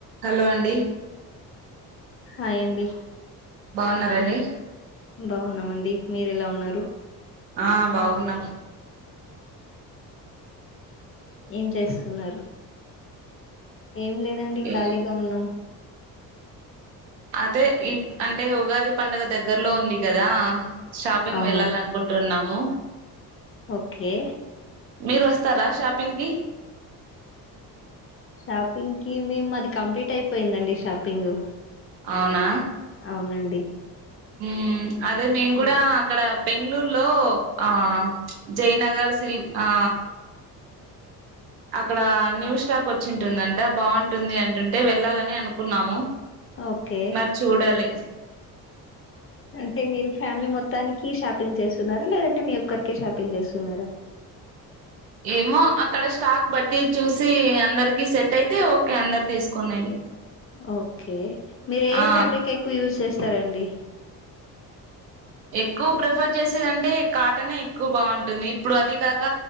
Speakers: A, on the right; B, on the left.
A: Hello అండి
B: hi అండి
A: బావున్నారండి
B: బావున్నామండి మీరు ఎలా ఉన్నారు
A: ఆ బాగున్నాం
B: ఏం చేస్తున్నారు ఏం లేదండి
A: ఏ
B: ఖాళీగా ఉన్నాం
A: అదే ఈ అంటే ఉగాది పండుగ దగ్గరలో ఉంది కదా షాపింగ్
B: అవును
A: వెళ్ళాలనుకుంటున్నాము
B: ఓకే
A: మీరు వస్తారా షాపింగ్ కి
B: షాపింగ్ కి మేము మాది కంప్లీట్ అయిపోయిందండి షాపింగ్
A: అవునా
B: అవునండి
A: ఉ అదే మేం కూడా
B: మీ-
A: అక్కడ బెంగళూరులో ఆ జయనగర్ సిల్క్ ఆ అక్కడ న్యూ స్టాక్ వచ్చింటుందంట బాగుంటుంది అంటుంటే వెళ్ళాలని అనుకున్నాము
B: ఓకే
A: మరి చూడాలి
B: అంటే మీరు ఫ్యామిలీ మొత్తానికి షాపింగ్ చేస్తున్నారా లేదంటే మీ ఒక్కరికే షాపింగ్ చేస్తున్నారా
A: ఏమో అక్కడ స్టాక్ బట్టి చూసి అందరికి సెట్ అయితే ఓకే అందరు తీసుకునేది
B: ఓకే మీరు ఏ
A: ఆ
B: ఫ్యాబ్రిక్ ఎక్కువ యూజ్ చేస్తారండి
A: ఎక్కువ ప్రిఫర్ చేసేదంటే కాటనే ఎక్కువ బాగుంటుంది ఇప్పుడు అది కాక